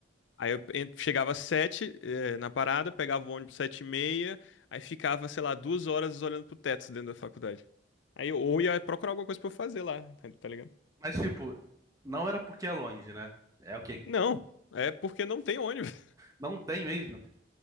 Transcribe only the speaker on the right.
Mas, tipo, não era porque é longe, né? É o que?
Não tem mesmo?